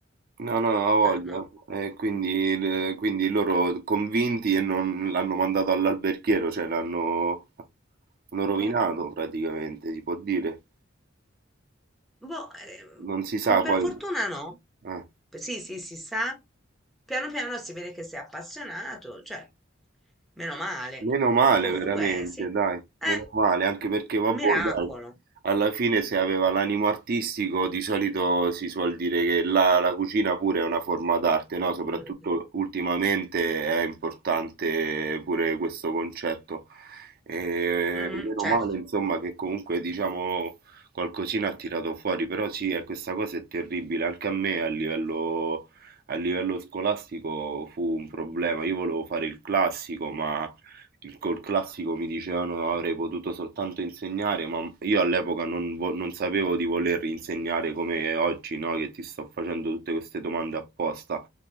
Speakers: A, on the right; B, in the centre.
A: No, no, ha voglia.
B: Ah, no.
A: E quindi, il- quindi loro convinti e non l'hanno mandato all'alberghiero, cioè l'hanno l'hanno rovinato
B: Eh,
A: praticamente, si può dire.
B: boh, ehm,
A: Non si sa
B: mm, per
A: poi.
B: fortuna no.
A: eh.
B: Sì, sì, si sa. Piano piano si vede che sei appassionato, cioè, meno male.
A: Meno male
B: Comunque,
A: veramente,
B: sì,
A: dai,
B: è
A: meno male, anche perché vabbè,
B: un miracolo.
A: dai, alla fine se aveva l'animo artistico di solito si suol dire che la, la cucina pure è una forma d'arte, no? Soprattutto
B: Mm.
A: ultimamente è importante pure questo concetto. E
B: Mhm,
A: meno
B: certo,
A: male, insomma, che comunque diciamo qualcosina ha tirato fuori, però sì, eh, questa cosa è terribile, anche a me a livello... A livello scolastico fu un problema, io volevo fare il classico, ma il- col classico mi dicevano avrei potuto soltanto insegnare, ma io all'epoca non, vo- non sapevo di voler insegnare come oggi, no? Che ti sto facendo tutte queste domande apposta.